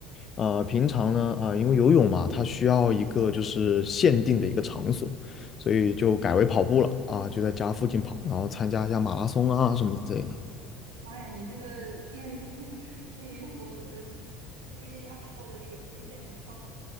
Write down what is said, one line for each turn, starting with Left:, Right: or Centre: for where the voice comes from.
Left: 呃平常呢啊、因为游泳嘛，它需要一个就是限定的一个场所，所以就改为跑步了啊、就在家附近跑，然后参加一下马拉松啊什么之类的。
Right: 妈呀，你这个业余 <laughs> 业余活动，嗯，你这个业余爱好的水平有点高。